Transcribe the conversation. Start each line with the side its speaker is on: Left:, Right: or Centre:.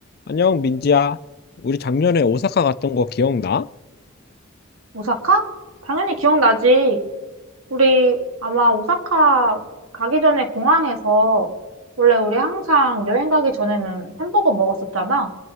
Left: 안녕, 민지야. 우리 작년에 오사카 갔던 거 기억나?
Right: 오사카? 당연히 기억나지. 우리 아마 오사카 가기 전에 공항에서 원래 우리 항상 여행 가기 전에는 햄버거 먹었었잖아.